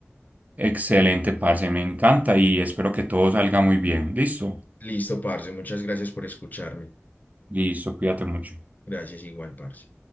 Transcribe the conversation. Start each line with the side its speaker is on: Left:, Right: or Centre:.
Right: Excelente, parce, me encanta y espero que todo salga muy bien. Listo,
Left: Listo, parce. Muchas gracias por escucharme.
Right: listo, cuídate mucho.
Left: Gracias igual, parce.